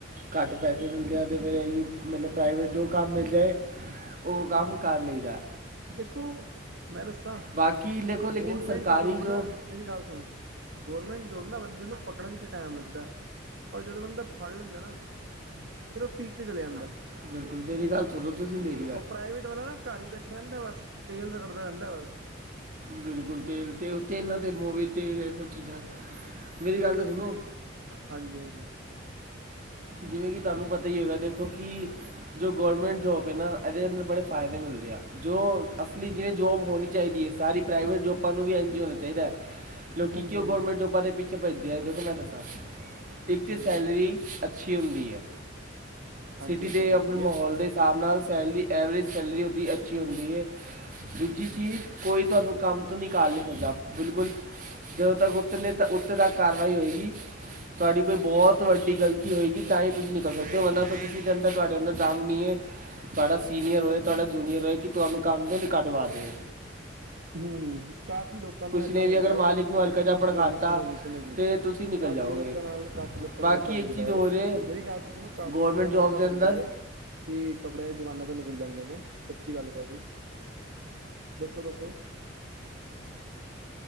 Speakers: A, on the right; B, on the right.
A: ਘੱਟ ਪੈਸੇ ਮਿਲਦੇ ਆ। ਤੇ ਫਿਰ ਇਹੀਉ ਮਤਲਬ ਪ੍ਰਾਈਵੇਟ ਜੋ ਕੰਮ ਮਿਲ ਜਾਏ ਓ ਕੰਮ ਕਰ ਲਈ ਦਾ।
B: ਦੇਖੋ ਮੈਂ ਦੱਸਾਂ
A: ਬਾਕੀ ਦੇਖੋ ਲੇਕਿਨ
B: ਗੌਰਮੈਂਟ
A: ਸਰਕਾਰੀ
B: ਜੋਬ
A: ਜੋ
B: ਨਾ ਮੇਰੀ ਗੱਲ ਸੁਣੋ ਗੌਰਮੈਂਟ ਜੋਬ ਨਾ ਬੰਦੇ ਨੂੰ ਪਕੜਨ 'ਚ ਟੈਮ ਲੱਗਦਾ। ਪਰ ਜਦੋਂ ਬੰਦਾ ਫੜ ਲੈਂਦਾ ਨਾ ਫਿਰ ਓ ਪੀਕ ਤੇ ਚਲਿਆ ਜਾਂਦਾ।
A: ਬਿਲਕੁਲ ਮੇਰੀ ਗੱਲ ਸੁਣੋ ਤੁਸੀਂ ਮੇਰ
B: ਓ ਪ੍ਰਾਈਵੇਟ ਵਾਲਾ ਨਾ ਘਰ ਈ ਬੈਠਾ ਰੈਂਦਾ ਬਸ ਤੇਲ ਰਗੜਦਾ ਰੈਂਦਾ ਬਸ
A: ਬਿਲਕੁਲ ਤੇਲ ਤੇ ਓ ਤੇਲਾਂ ਤੇ ਮੋਵਲ ਤੇਲ ਏ ਸਭ ਚੀਜ਼ਾਂ ਮੇਰੀ ਗੱਲ ਤੇ ਸੁਣੋ
B: ਹਾਂਜੀ-ਹਾਂਜੀ
A: ਜਿਵੇਂ ਕਿ ਤਾਨੂੰ ਪਤਾ ਈ ਹੋਗਾ ਦੇਖੋ ਕਿ ਜੋ ਗੌਰਮੈਂਟ ਜੋਬ ਏ ਨਾ ਇਦੇ ਅੰਦਰ ਬੜੇ ਫਾਇਦੇ ਮਿਲਦੇ ਆ। ਜੋ ਅਸਲੀ ਜਿਵੇਂ ਜੋਬ ਹੋਣੀ ਚਾਈਦੀ ਏ। ਸਾਰੀ ਪ੍ਰਾਈਵੇਟ ਜੋਬਾਂ ਨੂੰ ਵੀ ਇਂਝ ਈ ਹੋਣਾ ਚਾਈਦੈ ਲੋਕੀ
B: ਹਾਂਜੀ
A: ਕਿਉਂ
B: ਹਾਂਜੀ
A: ਗੌਰਮੈਂਟ ਜੋਬਾਂ ਦੇ ਪ ਦੇ ਪਿਛੇ ਪਜਦੇ ਆ ਦੇਖੋ, ਮੈਂ ਦਸਦਾ ਇਥੇ
B: ਹਮ
A: ਸੈਲਰੀ ਅੱਛਾ ਕੀ ਹੁੰਦੀ ਏ
B: ਹਾਂਜੀ
A: ਸੀਟੀ
B: ਉਹ
A: ਦੇ
B: ਤਾਂ ਹੁੰਦੀ
A: ਆਪਣੇ ਮਾਹੌਲ
B: ਹੈ
A: ਦੇ ਹਿਸਾਬ ਨਾਲ ਸੈਲਰੀ ਐਵਰੇਜ ਸੈਲਰੀ, ਓਦੀ ਅੱਛੀ ਹੁੰਦੀ ਏ। ਦੂਜੀ ਚੀਜ ਕੋਈ ਤੁਆਨੂੰ ਕੰਮ ਨੀਂ ਸਕਦਾ ਬਿਲਕੁਲ ਜਦੋਂ ਤੱਕ ਉੱਤੇ ਨੇ ਤਾਂ ਉੱਥੇ ਤੱਕ ਕਾਰਵਾਈ ਹੋਏਗੀ ਤੁਆਡੀ ਕੋਈ ਬੋਤ ਵੱਡੀ ਗਲਤੀ ਹੋਏਗੀ ਤਾਂ ਹੀ ਤੁਸੀਂ ਨਿਕਲ ਸਕਦੇ ਓ ਓਨਾ ਤੋਂ ਕਿਸੇ ਦੇ ਅੰਦਰ ਤੁਆਡੇ ਅੰਦਰ ਦਮ ਨੀਂਏ। ਤੁਆਡਾ ਸੀਨੀਅਰ ਹੋਏ, ਤੁਆਡਾ ਜੂਨੀਅਰ ਹੋਏ ਕਿ ਤੁਆਨੂੰ ਕੰਮ ਤੋਂ ਈਂ ਕੱਡਵਾਦੇ।
B: ਹੂੰ, ਕਾਫੀ ਲੋਕਾਂ ਨੂੰ ਏਦਾਂ
A: ਨੇ
B: ਹੁੰਦਾ
A: ਵੀ ਅਗਰ
B: ਏ
A: ਮਾਲਿਕ ਨੂੰ ਹਲਕਾ ਜਿਹਾ
B: ਸੁਣੋ-ਸੁਣੋ
A: ਭੜਕਾਤਾ
B: ਜੀ- ਸੁਣੋ ਜੀ-ਸੁਣੋ ਜੀ।
A: ਤੇ ਤੁਸੀਂ ਨਿਕਲ
B: ਕਾਫੀ
A: ਜਾਓਗੇ
B: ਲੋਕਾਂ ਨਾਲ ਕਾਫੀ ਲੋਕਾਂ
A: ਬਾਕੀ
B: ਨਾਲ ਏਦਾਂ ਹੁੰਦੈ।
A: ਇੱਕ
B: ਹੁੰਦਾ
A: ਚੀਜ਼ ਹੋਰ
B: ਏ।
A: ਹੈ
B: ਮੇਰੀ ਗੱਲ ਤਾਂ ਸੁਣੋ ਕਾਫੀ
A: ਗਵਰਨਮੈਂਟ
B: ਲੋਕਾਂ
A: ਜੌਬ
B: ਨਾਲ ਏਦਾਂ
A: ਦੇ
B: ਹੁੰਦਾ
A: ਅੰਦਰ
B: ਏ ਕਿ ਕੱਪੜੇ ਦੁਕਾਨਾਂ ਤੋਂ ਨਿਕਲ ਜਾਂਦੇ ਨੇ ਸੱਚੀ ਗੱਲ ਏ, ਤਾਡੀ ਦੱਸੋ-ਦੱਸੋ